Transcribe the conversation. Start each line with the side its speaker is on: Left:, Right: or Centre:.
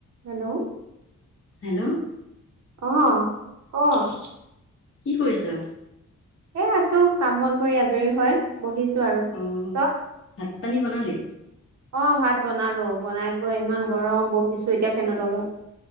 Right: হেল্ল'
Left: হেল্ল'
Right: অ, ক
Left: কি কৰিছ?
Right: এ আছো কাম বন কৰি আজৰি হয় বহিছো আৰু টয়?
Left: অ ভাত পানী বনালি?
Right: অ' ভাত বনালো বনাই কৈ ইমান গৰম বহিছো এতিয়া ফেনৰ তলত।